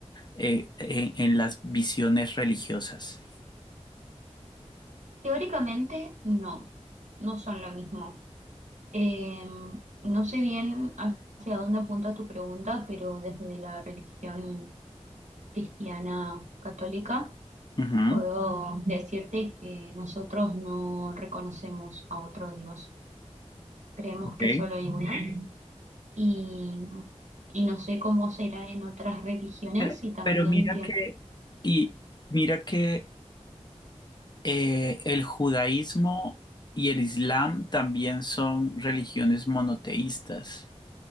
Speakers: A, on the left; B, on the right.
A: eh, en, en las visiones religiosas?
B: Teóricamente no, no son lo mismo. Eh, no sé bien hacia dónde apunta tu pregunta, pero desde la religión cristiana católica
A: Ujú.
B: puedo decirte que nosotros no reconocemos a otro Dios. Creemos
A: Ok.
B: que solo hay uno y, y no sé cómo será en otras religiones
A: Pero,
B: y también
A: pero mira
B: tiene,
A: que, y mira que Eh, el judaísmo y el islam también son religiones monoteístas.